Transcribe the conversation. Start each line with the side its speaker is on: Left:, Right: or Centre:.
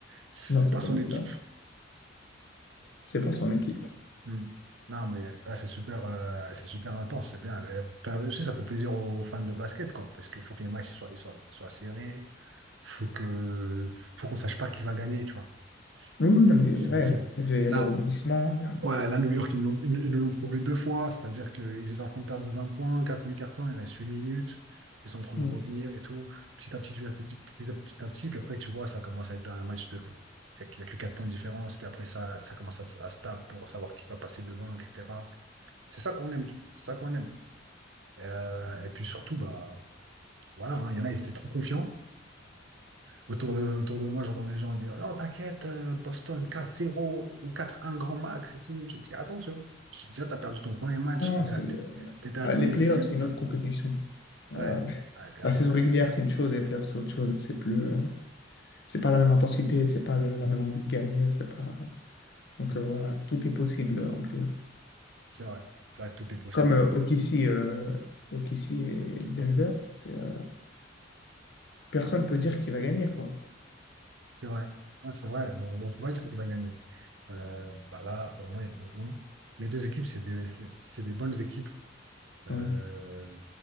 Right: C'est
Left: Non, c'est
Right: pas
Left: pas
Right: son
Left: lui
Right: équipe.
Left: là. C'est pas son équipe.
Right: Hmm. Non, mais là, c'est super, euh, c'est super intense, c'est bien. Mais, par- aussi, ça fait plaisir aux fans de basket, quoi, parce qu'il faut que les matchs ils soient, ils soient, soient serrés. Faut que, faut qu'on sache pas qui va gagner, tu vois.
Left: Oui, oui,
Right: Tu
Left: non,
Right: vois,
Left: mais
Right: c'est-
Left: ouais,
Right: c'est-
Left: il y a des il y
Right: là,
Left: a des rebondissements. il y a-
Right: Ouais, là, New York, ils nous l'ont- ils nous ils nous l'ont prouvé deux fois, c'est-à-dire qu'ils étaient en train de perdre de 20 points, quatrième carton, il reste 8 minutes, ils sont en train de
Left: Mm.
Right: revenir et tout, petit à petit, petit à petit, petit à petit, à petit, puis après, tu vois, ça commence à être un match de... Il n'y a, il y a que 4 points de différence, puis après, ça, ça commence à, se- à se taper pour savoir qui va passer devant, etc. C'est ça qu'on aime, tu vois, c'est ça qu'on aime. Euh, et puis surtout, bah, voilà, hein, il y en a, ils étaient trop confiants. Autour de, autour de moi, j'entends des gens dire Non, t'inquiète, euh, Boston quatre zéro ou quatre un grand max et tout. J'ai dit Attention, j'ai dit, déjà, t'as perdu ton premier match,
Left: Non,
Right: t'étais
Left: c'est,
Right: à, t'é-
Left: euh,
Right: t'étais à
Left: ah,
Right: domicile.
Left: les playoffs, c'est une autre compétition. Euh,
Right: Ouais, ouais, clairement.
Left: la saison régulière, c'est une chose, et les playoffs, c'est autre chose. C'est plus, euh, C'est pas la même intensité, c'est pas le- la même envie de gagner, c'est pas. Donc
Right: Mm.
Left: euh, voilà, tout est possible euh, en playoff.
Right: C'est vrai, c'est vrai que tout est possible.
Left: Comme euh, OKC, euh, OKC et Denver, c'est, euh, personne peut dire qui va gagner, quoi.
Right: C'est vrai, Non, c'est vrai. Bon, on peut pas dire qu'il va gagner. Euh, bah là, pour moi, il y a un 1. Les deux équipes, c'est des, c'est c'est des bonnes équipes. Euh,
Left: Ouais.